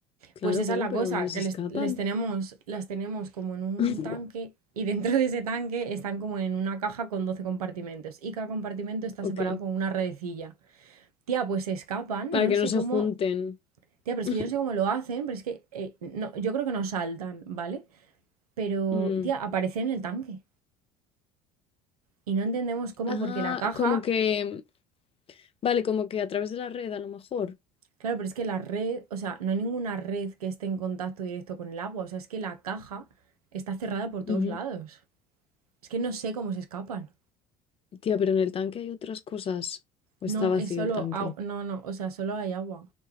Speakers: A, on the left (about 30°); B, on the right (about 80°).
A: Claro,
B: Pues esa
A: claro,
B: es la
A: pero
B: cosa,
A: ¿a dónde se
B: que
A: escapan?
B: les, les tenemos, las tenemos como en un
A: <laughs>
B: tanque y dentro de ese tanque están como en una caja con 12 compartimentos y cada compartimento está
A: Ok,
B: separado con una redecilla. Tía, pues se escapan,
A: para
B: yo no
A: que
B: sé
A: no se
B: cómo...
A: junten.
B: Tía, pero es
A: <laughs>
B: que yo no sé cómo lo hacen, pero es que eh, no, yo creo que no saltan, ¿vale? Pero,
A: Mm.
B: tía, aparecen en el tanque y no entendemos cómo
A: Ah,
B: porque la caja
A: como que, vale, como que a través de la red a lo mejor.
B: Claro, pero es que la red, o sea, no hay ninguna red que esté en contacto directo con el agua. O sea, es que la caja está cerrada por todos
A: Ujú.
B: lados. Es que no sé cómo se escapan.
A: Tía, pero en el tanque hay otras cosas. O
B: No,
A: está vacío
B: es solo
A: el tanque.
B: agua. No, no, o sea, solo hay agua.